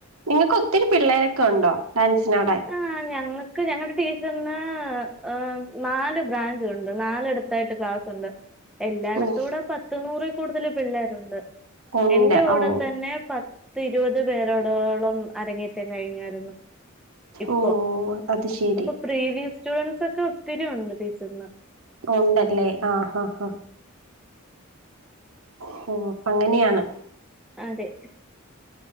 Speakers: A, on the right; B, in the centre.
A: നിങ്ങൾക്ക് ഒത്തിരി പിള്ളേരൊക്കെണ്ടോ ഡാൻസിനോടെ?
B: ആഹ് ഞങ്ങൾക്ക് ഞങ്ങളുടെ ടീച്ചറിന്ന് ഹ് ഉം നാല് ബ്രാഞ്ച് ഉണ്ട് നാലെട് ത്തായിട്ട് ക്ലാസുണ്ട് എല്ലായിടത്തുടെ
A: ഓഹ്
B: പത്ത് നൂറിൽ കൂടുതല് പിള്ളേരുണ്ട്.
A: ഉണ്ട്
B: എന്റെ കൂടെതന്നെ
A: ഓഹ്
B: പത്ത് ഇരുപത് പേരോടോളം അരങ്ങേറ്റം കഴിഞ്ഞായിരുന്നു. ഇപ്പൊ
A: ഓഹ് അത് ശരി
B: അപ്പൊ പ്രീവിയസ് സ്റ്റുഡന്റ്സ് ഒക്കെഒത്തിരിഉണ്ട് ടീച്ചർന്ന്.
A: ഉണ്ടല്ലേ ആഹ് ആഹ് ഹ ഹോ പ്പഅങ്ങനെയാണ്.
B: അതെ